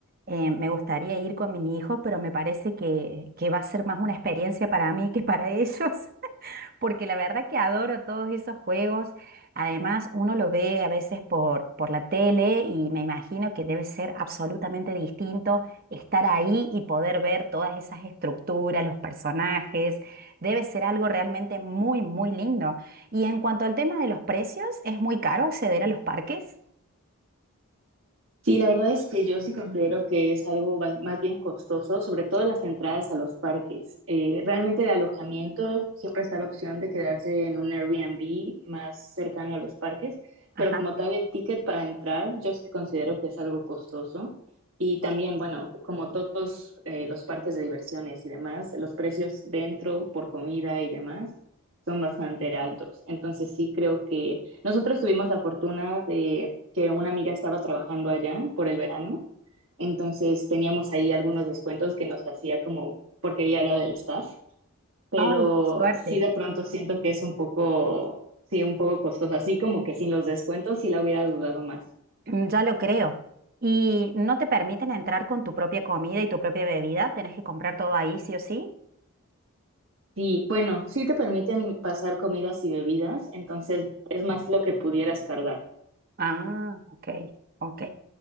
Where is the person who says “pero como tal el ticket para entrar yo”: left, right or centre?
Right